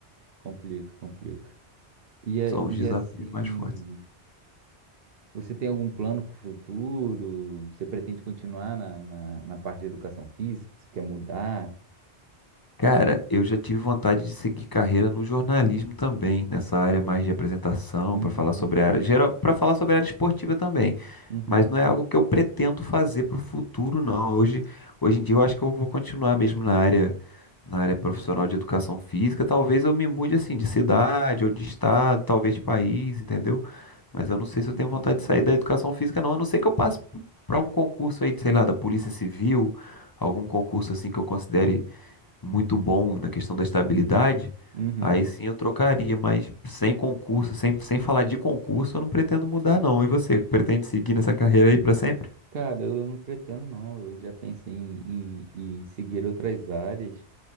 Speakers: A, on the right; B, on the left.
A: Complica, complica. E, a-
B: São os
A: e
B: desafios
A: assim,
B: mais fortes.
A: você tem algum plano para o futuro? Você pretende continuar na, na, na parte de educação física? Você quer mudar?
B: Cara, eu já tive vontade de seguir carreira no jornalismo também, nessa área mais de apresentação,
A: Uhum,
B: para falar sobre a área geral, para falar sobre a área esportiva também.
A: uhum,
B: Mas não é algo que eu pretendo fazer para o futuro, não. Hoje, hoje em dia eu acho que eu vou continuar mesmo na área, na área profissional de educação física. Talvez eu me mude assim de cidade ou de estado, talvez de país, entendeu? Mas eu não sei se eu
A: entendi.
B: tenho vontade de sair da educação física, não. A não ser que eu passe para um concurso aí, de, sei lá, da Polícia Civil, algum concurso assim que eu considere muito bom na questão da estabilidade,
A: Uhum.
B: aí sim eu trocaria, mas sem concurso, sem, sem falar de concurso, eu não pretendo mudar, não. E você, pretende seguir nessa carreira aí para sempre?
A: Cara, eu não pretendo não. Eu já pensei em, em, em seguir outras áreas,